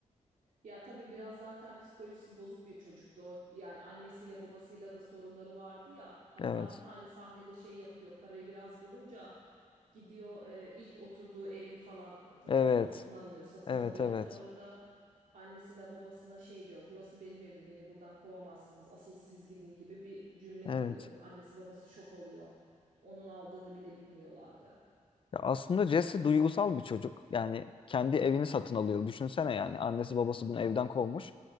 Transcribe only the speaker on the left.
Evet.
Evet.
Evet,
evet.
Evet.
Ya aslında Jesse duygusal bir çocuk. Yani kendi evini satın alıyor. Düşünsene yani annesi babası bunu evden kovmuş.